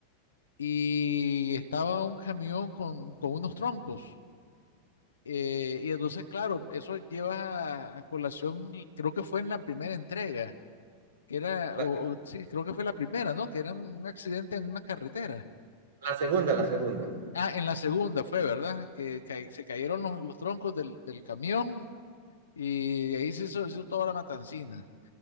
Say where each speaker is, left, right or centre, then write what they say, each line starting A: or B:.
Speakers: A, on the left; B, on the right.
A: y estaba un camión con, con unos troncos. Eh, y entonces, claro, eso llevas a, a colación, creo que fue en la primera entrega, que era,
B: La,
A: o, o- sí, creo que fue la primera, ¿no? Que era un un accidente en una carretera.
B: la segunda, la segunda.
A: Ah, en la segunda fue, ¿verdad? Que ca- se cayeron los, los troncos del, del camión y de ahí se hizo, se hizo toda la matancina.